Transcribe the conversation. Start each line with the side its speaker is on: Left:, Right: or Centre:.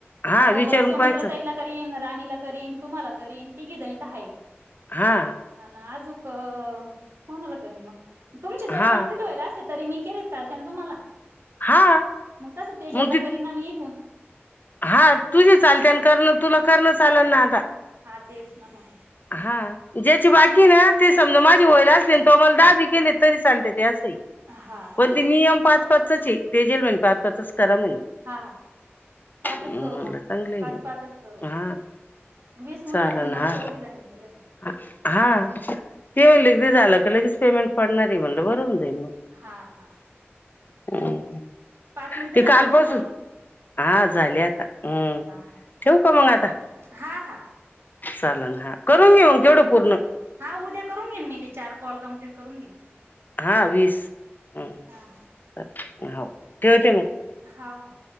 Left: हा
Right: आता
Left: विचारून
Right: सौमित्र
Left: पाहायचं
Right: ताईला करीन राणीला करीन तुम्हाला करीन तिघी जनी त हाय.
Left: हां.
Right: हा ना आजुक कोणाला करीन मग, तुमचे
Left: हा
Right: जरी कम्प्लिट व्हायला असले तरी मी केले चालत्यानं तुमाला?
Left: हा.
Right: म तसं तेजल
Left: मग
Right: ला
Left: ती
Right: करीना मी ईकून.
Left: हा तुझी चालत्यानं करल तुला करणं चालन ना आता.
Right: हा तेच ना म.
Left: हा. ज्याची बाकी आय ना ते समजा माझे व्हयला असली आणि त्यो मला दाबी केले तरी चालते ते असं ए.
Right: हा हा
Left: पण ते नियम पाच पाचचा ए तेजल म्हणे पाच पाचच करा म्हणे.
Right: हा हा, पाचच
Left: म्हणलं
Right: करू मग
Left: चांगलं आहे
Right: पाच
Left: मग
Right: पाचच करू.
Left: हा
Right: वीस होऊन
Left: चालन
Right: जातीन
Left: हा
Right: मग चौघी जनीला केलं त.
Left: हा, ते म्हणले का ते झालं का लगेच पेमेंट पडणार आय म्हणलं बरं होऊन जाईल मग.
Right: हा हा.
Left: <inaudible>
Right: पाच मिनिट
Left: ते
Right: झाले
Left: कालपासून
Right: असन कानू.
Left: हा झाले आता, हम्म
Right: हा
Left: ठेव का मंग आता?
Right: हा हा
Left: चालन हा, करून घेऊ मग तेवढं पूर्ण.
Right: हा उद्या करून घेईन मी ते चार कॉल कम्प्लीट करून घेन.
Left: हा वीस हम्म
Right: हा हा
Left: चल हो ठेवते मग.
Right: हा हा.